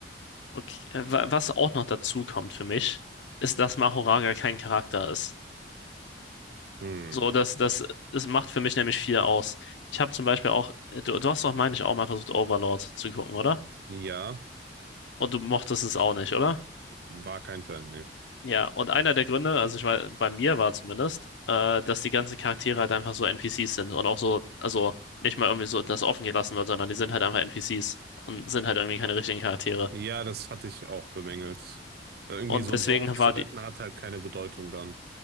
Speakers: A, on the left; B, on the right.
A: okay. äh, wa- Was auch noch dazu kommt für mich, ist, dass Mahoraga kein Charakter ist.
B: Hm,
A: So, das, das, das macht für mich nämlich viel aus. Ich habe zum Beispiel auch, äh, du, du hast doch, meine ich, auch mal versucht, Overlord zu gucken, oder?
B: ja,
A: Und du mochtest es auch nicht, oder?
B: war kein Fan, nee.
A: Ja, und einer der Gründe, also ich war, bei mir war zumindest, äh, dass die ganzen Charaktere halt einfach so NPCs sind und auch so, also nicht mal irgendwie so, dass offen gelassen wird, sondern die sind halt einfach NPCs und sind halt irgendwie keine richtigen Charaktere.
B: Ja, das hatte ich auch bemängelt. Irgendwie
A: Und
B: so ein
A: deswegen
B: Dorf zu
A: war
B: retten hat halt keine Bedeutung dann.